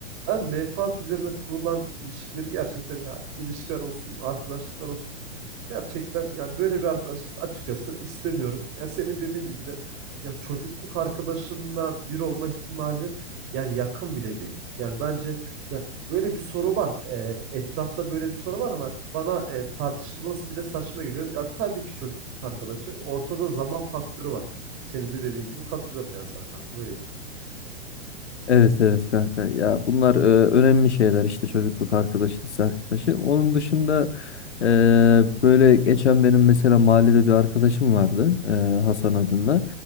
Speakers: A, on the right (about 40°); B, on the left (about 90°).
A: Ben menfaat üzerine kurulan ilişkileri gerçekten ya ilişkiler olsun, arkadaşlıklar olsun gerçekten yani böyle bir arkadaşlık açıkçası istemiyorum. Ya senin dediğin gibi de ya çocukluk arkadaşınla bir olma ihtimali yani yakın bile değil. Yani bence ya böyle bir soru var. e, etrafta böyle bir soru var ama bana e, tartışılması bile saçma geliyor. Ya tabii ki çocukluk arkadaşı. Ortada zaman faktörü var. Senin de dediğin gibi katılıyorum yani sana kanka böyle diyeyim.
B: Evet evet kanka ya bunlar e, önemli şeyler işte çocukluk arkadaşı lise arkadaşı onun dışında e, böyle geçen benim mesela mahallede bir arkadaşım vardı e, Hasan adında